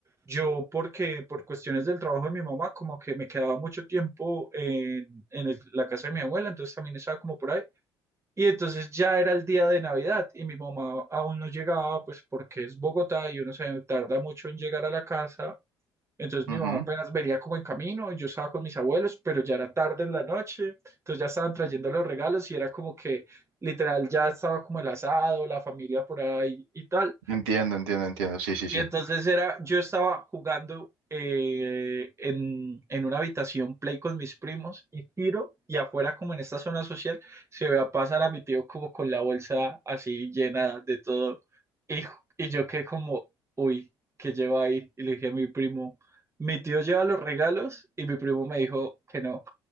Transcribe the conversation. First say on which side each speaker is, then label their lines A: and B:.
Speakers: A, on the right; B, on the right.
A: Yo porque por cuestiones del trabajo de mi mamá, como que me quedaba mucho tiempo en, en el- la casa de mi abuela, entonces también estaba como por ahí. Y entonces ya era el día de Navidad y mi mamá aún no llegaba, pues porque es Bogotá y uno se tarda mucho en llegar a la casa. Entonces
B: ujú.
A: mi mamá apenas venía como en camino y yo estaba con mis abuelos, pero ya era tarde en la noche, entonces ya estaban trayendo los regalos y era como que literal ya estaba como el asado, la familia por ahí y tal.
B: Entiendo, entiendo, entiendo. Sí, sí,
A: Y
B: sí.
A: entonces era, yo estaba jugando eh, en, en una habitación play con mis primos y tiro y afuera como en esta zona social se ve a pasar a mi tío como con la bolsa así llena de todo y, y yo quedé como, uy, ¿qué lleva ahí? Y le dije a mi primo, mi tío lleva los regalos y mi primo me dijo que no.